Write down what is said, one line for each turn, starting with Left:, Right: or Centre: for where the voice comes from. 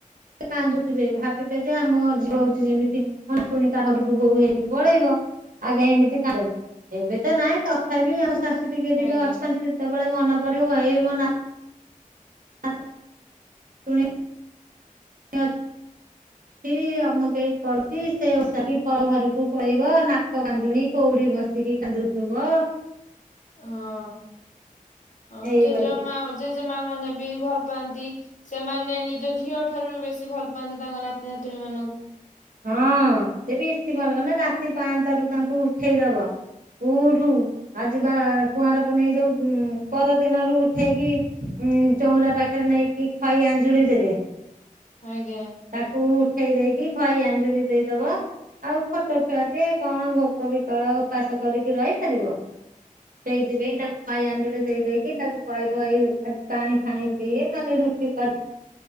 Right: କାନ୍ଦୁଥିବେ ଭାବିବେ ଯେ ଆମଳଉଛି ଯେମିତି
Left: ହୁଁ,
Right: ନାତୁଣୀ କହାଘରକୁ ବୋଉ ହେଇକି ପଳେଇବ। ଆଜ୍ଞା ଏମିତି କାଟନ୍ତି ଏବେ ତ ନହିଁ ତଥାପି ଆ ଶାଶୁ ଟିକେ ଟିକେ
Left: ଆଜ୍ଞା
Right: ଅଛନ୍ତି ଯେତେବେଳେ ମନ ପଡିବ ମୋ ନା ଆ ପୁଣି ଆ ଛି ଅମକେଇ କରୁଛି ସେ ଓଷା କି ଘରକୁ ପଳେଇବ ନାକ କାନ୍ଦୁଣି କୋଉଠି ବସିକି କାନ୍ଦୁଥିବ
Left: ହଁ ହଁ
Right: ଏଇଭଳି
Left: ଜେଜେ ମା ଜେଜେମା ମାନେ ବି ଭଲ ପାଆନ୍ତି ସେମାନେ ନିଜ ଝିଅ ଠାରୁ ବି ବେଶୀ ଭଲ ପାଆନ୍ତି ତାଙ୍କ ନାତି ନାତୁଣୀ ମାନଙ୍କୁ
Right: ହଁ ସେ ଟିକେ ବେଶୀ ଭଲ ନା ରାତି ପାହାନ୍ତା ରୁ ତାଙ୍କୁ ଉଠେଇଦବ ଉଠୁ ଆଜି ବା କୁଆଁର ପୁନେଇଁ ଯୋଉ ପରଦିନରୁ ଉଠେଇକି ଉ ଚଉରା ପାଖରେ ନେଇ କି ଖଇ ଆଞ୍ଜୁଳି ଦେବେ
Left: ଆଜ୍ଞା
Right: ତାକୁ ଉଠେଇ ଦେଇକି ଖଇ ଆଞ୍ଜୁଳି ଦେଇଦବ ଆଉ ଛୋଟ ଛୁଆ ଟେ କଣ ଭୋକ ବିକଳ ଉପାସ କରିକି ରହିପାରିବ ସେଇଥିପାଇଁ ତାକୁ ଖଇ ଆଞ୍ଜୁଳି ଦେଇ ଦେଇକି ତାକୁ କହିବ ଏଇ ଆଜି ପାଣି ଫାଣି ପିଏ ନହେଲେ ରୁଟି କରି